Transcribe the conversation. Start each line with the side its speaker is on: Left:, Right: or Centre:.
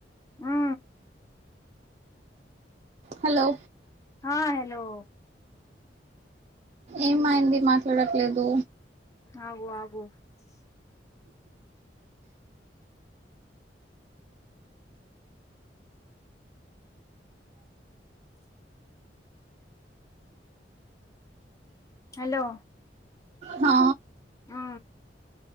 Left: ఆ
Right: హలో
Left: ఆ హలో
Right: ఏమైంది మాట్లాడట్లేదు
Left: అగు ఆగు హలో
Right: హా
Left: ఆ